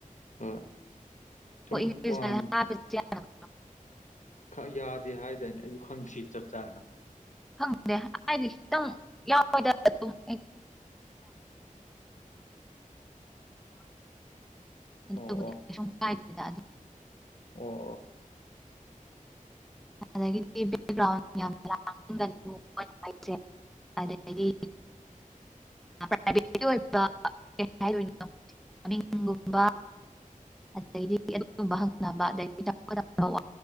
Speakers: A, on the left (about 60°); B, in the centre.
A: ꯍꯣꯏ
B: <unintelligible>
A: ꯁꯨꯝ ꯋꯥ ꯈ ꯌꯥꯗꯦ ꯍꯥꯏꯗꯥꯏꯅꯦ ꯑꯩꯁꯨ ꯈꯪꯗꯤꯌꯦ ꯆꯞ ꯆꯥꯅ
B: ꯍꯪꯗꯦ ꯍꯥꯏ ꯇꯪ <unintelligible> ꯑꯗꯨꯕꯨꯗꯤ
A: ꯑꯣ ꯑꯣ
B: ꯀꯩꯁꯨꯝ ꯀꯥꯢꯗꯦꯗ
A: ꯑꯣ ꯑꯣ
B: ꯑꯗꯒꯤꯗꯤ ꯕꯦꯛꯒꯔꯥꯎꯟ ꯌꯝ ꯂꯥꯡꯒꯅꯨ ꯃꯣꯏꯅ ꯍꯥꯏꯁꯦ ꯑꯗꯩꯗꯤ ꯄꯔꯥꯏꯕꯦꯠ ꯀꯥ ꯑꯣꯏꯕ ꯀꯩ ꯍꯥꯎꯗꯣꯏꯅꯣ ꯃꯤꯡꯒꯨꯝꯕ ꯑꯗꯩꯗꯤ ꯑꯗꯨꯒꯨꯝꯕ ꯍꯪꯅꯕ ꯑꯗꯩꯗꯤ ꯆꯥꯎꯈꯠꯂꯝꯗꯧꯕ